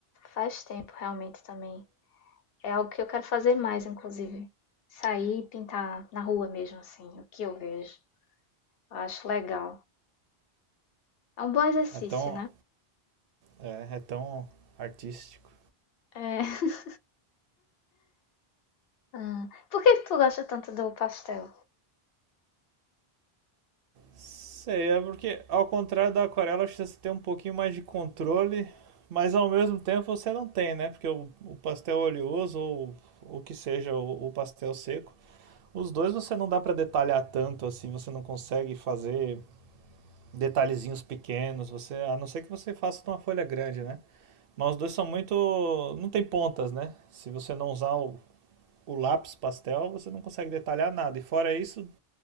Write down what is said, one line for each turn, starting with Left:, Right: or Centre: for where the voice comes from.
Left: Faz tempo realmente também. É algo que eu quero fazer mais, inclusive. Sair e pintar na rua mesmo, assim, o que eu vejo. Eu acho legal. É um bom exercício,
Right: É tão,
Left: né?
Right: é, é tão artístico.
Left: É. <laughs> Ah, Por que que tu gosta tanto do pastel?
Right: Sei, é porque ao contrário da aquarela, acho que você tem um pouquinho mais de controle, mas ao mesmo tempo você não tem, né? Porque o, o pastel oleoso ou o que seja, o, o pastel seco, os dois você não dá para detalhar tanto assim, você não consegue fazer detalhezinhos pequenos, você, a não ser que você faça de uma folha grande, né? Mas os dois são muito, não tem pontas, né? Se você não usar o, o lápis pastel, você não consegue detalhar nada. E fora isso,